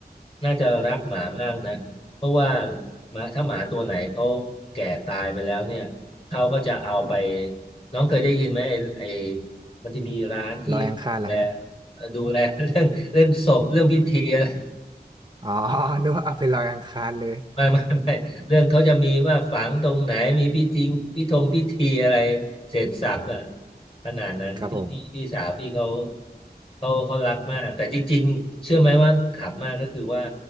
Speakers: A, on the left (about 35°); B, on the right (about 25°).
A: น่าจะรักหมามากนะเพราะว่าหมาถ้าหมาตัวไหนเขาแก่ตายไปแล้วเนี่ยเขาก็จะเอาไปน้องเคยได้ยินไหมไอ้ไอ้มันจะมีร้านที่
B: ลอยอังคารเหรอฮะ
A: ดูแลดูแลเรื่องเรื่องศพเรื่องพิธีอะไร
B: อ๋อ <laughs> นึกว่าเอาไปลอยอังคารเลย
A: ไม่ <laughs> ไม่ไม่เรื่องเขาจะมีว่าฝังตรงไหนมีพิธีพิธงพิธีอะไรเสร็จสรรพอะขนาดนั้นที่พี่พี่สาวพี่เขา
B: ครับผม
A: เขาเขารักมากแต่จริงๆเชื่อไหมว่าขำมากก็คือว่า